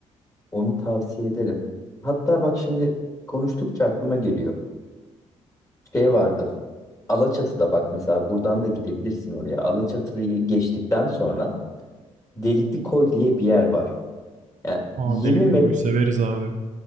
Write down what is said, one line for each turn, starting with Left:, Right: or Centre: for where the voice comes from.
Left: Onu tavsiye ederim. Hatta bak şimdi konuştukça aklıma geliyor. Şey vardı. Alaçatı'da bak mesela buradan da gidebilirsin oraya. Alaçatı'yı geçtikten sonra Delikli Koy diye bir yer var. Yani 20
Right: Aa delikli kuyu severiz abi.